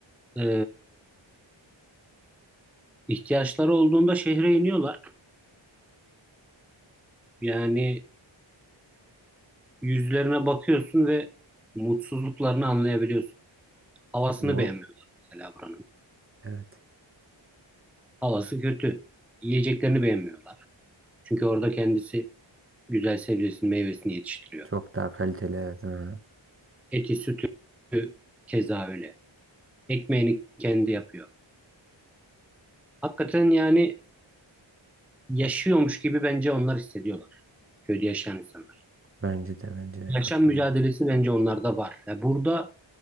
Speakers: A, in the centre; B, on the right.
A: e, ihtiyaçları olduğunda şehre iniyorlar. Yani yüzlerine bakıyorsun ve mutsuzluklarını anlayabiliyorsun. Havasını
B: Doğru.
A: beğenmiyorlar mesela buranın.
B: Evet.
A: Havası kötü. Yiyeceklerini beğenmiyorlar. Çünkü orada kendisi güzel sebzesini, meyvesini yetiştiriyor.
B: Çok daha kaliteli evet. Ha.
A: Eti, sütü keza öyle. Ekmeğini kendi yapıyor. Hakikaten yani yaşıyormuş gibi bence onlar hissediyorlar. Köyde yaşayan insanlar.
B: Bence de bence de
A: Yaşam
B: katılıyorum.
A: mücadelesi bence onlarda var. Ya burada